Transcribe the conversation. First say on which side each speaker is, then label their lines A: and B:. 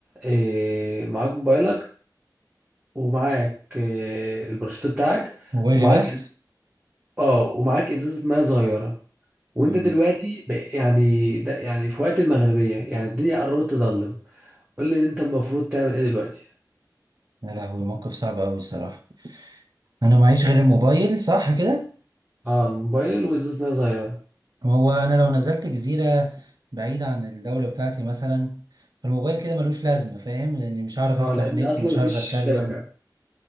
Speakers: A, on the right (about 20°); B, on the right (about 60°).
A: آه، معاك موبايلك ومعاك آه، الباراشوت بتاعك
B: موبايلي
A: ومعاك
B: بس
A: اه ومعاك ازازه ميه صغيره وانت
B: مم.
A: دلوقتي ب- يعني ده يعني في وقت المغربيه يعني الدنيا قربت تظلم قول لي ان انت المفروض تعمل ايه دلوقتي
B: يا لهوي موقف صعب اوي الصراحة انا معيش غير الموبايل صح كده
A: اه الموبايل وازازه ميه صغيره
B: هو انا لو نزلت جزيره بعيده عن الدوله بتاعتي مثلا فالموبايل كده ملوش لازمه فاهم لاني مش هعرف افتح
A: اه لان
B: نت
A: اصلا
B: مش
A: مفيش
B: هعرف اتكلم
A: شبكه